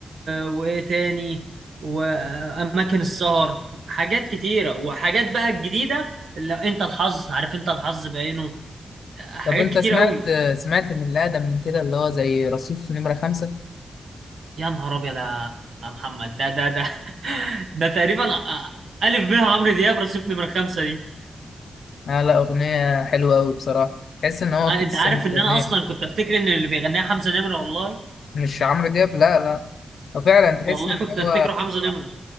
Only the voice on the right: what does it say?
وايه تاني واماكن السهر حاجات كتيره وحاجات بقى الجديده اللي انت الحظ عارف انت الحظ بعينه آه، حاجات
كتير
قوي
يا نهار ابيض يا محمد ده ده ده <laughs> ده تقريبا آه، الف ب عمرو دياب رصيف نمره خمسه دي
آه،
انت عارف
ان
انا اصلا كنت افتكر ان اللي بيغنيها حمزه نمره والله
والله
كنت افتكره
حمزه نمره